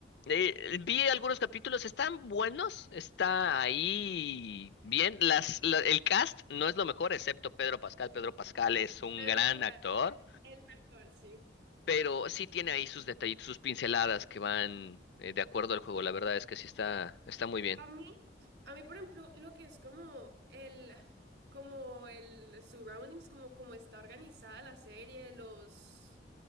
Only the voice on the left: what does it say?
Eh, eh, vi algunos capítulos, están buenos, está ahí bien. Las, la- el cast no es lo mejor, excepto Pedro Pascal. Pedro Pascal es un
gran
actor,
pero sí tiene ahí sus detallitos, sus pinceladas que van eh, de acuerdo al juego. La verdad es que sí está, está muy bien.